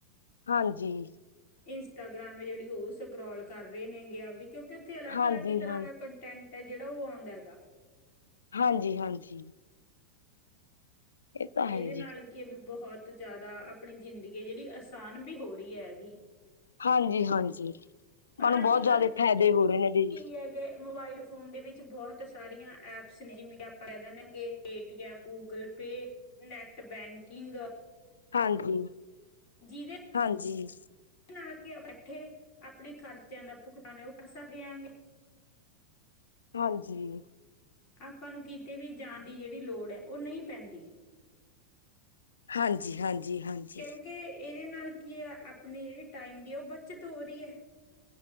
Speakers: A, on the left; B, on the left.
A: ਹਾਂਜੀ।
B: ਇੰਸਟਾਗ੍ਰਾਮ ਹੈ ਜਿਹੜੀ ਉਹ ਸਕਰੋਲ ਕਰ ਰਹੇ ਨੇਗੇ ਆਪਦੀ ਕਿਉਂਕਿ ਉੱਥੇ ਅਲੱਗ-
A: ਹਾਂਜੀ
B: ਅਲੱਗ ਤਰ੍ਹਾਂ
A: ਹਾਂ
B: ਦਾ ਕੰਟੈਂਟ ਜਿਹੜਾ ਉਹ ਆਉਂਦਾ ਹੈਗਾ।
A: ਹਾਂਜੀ -ਹਾਂਜੀ। ਇਹ ਤਾਂ
B: ਇਹਦੇ
A: ਹੈ
B: ਨਾਲ
A: ਜੀ
B: ਕੀ ਇਹ ਵੀ ਬਹੁਤ ਬਹੁਤ ਜ਼ਿਆਦਾ, ਆਪਣੀ ਜ਼ਿੰਦਗੀ ਜਿਹੜੀ ਆਸਾਨ ਵੀ ਹੋ ਰਹੀ ਹੈਗੀ-
A: ਹਾਂਜੀ -ਹਾਂਜੀ
B: ਪਰ
A: ਮਨ ਨੂੰ
B: ਅੱਜ-ਕੱਲ੍ਹ
A: ਬਹੁਤ ਜ਼ਿਆਦਾ ਫਾਇਦੇ ਹੋ ਰਹੇ ਨੇ। ਜੀ
B: ਕੀ ਹੈਗੇ ਮੋਬਾਇਲ ਫੋਨ ਦੇ ਵਿੱਚ ਬਹੁਤ ਬਹੁਤ ਸਾਰੀਆਂ ਐਪਸ ਨੇ ਜਿਵੇਂ ਕਿ ਆਪਾਂ ਕਹਿ ਦੇਣਗੇ Paytm, Google Pay, net bank <inaudible>
A: ਹਾਂਜੀ।
B: ਜਿਦੇ
A: ਹਾਂਜੀ ਹਾਂਜੀ
B: ਨਾਲ ਤੇ ਆਪਣੇ ਖਰਚਿਆਂ ਦਾ ਭੁਗਤਾਨ ਹੈ। ਉਹ ਕਿਸ ਦੇਿਆਂਗੇ।
A: ਹਾਂਜੀ।
B: ਆਪਾਂ ਨੂੰ ਕਿਤੇ ਵੀ ਜਾਣ ਦੀ ਜਿਹੜੀ ਲੋੜ ਹੈ, ਉਹ ਨਹੀਂ ਪੈਂਦੀ।
A: ਹਾਂਜੀ ਹਾਂਜੀ ਹਾਂਜੀ
B: ਕਿਉਂਕਿ, ਇਹਦੇ ਨਾਲ ਕੀ ਹੈ। ਆਪਣੀ ਜਿਹੜੀ ਟਾਈਮ ਦੀ ਹੈ, ਉਹ ਬੱਚਤ ਹੋ ਰਹੀ ਹੈ।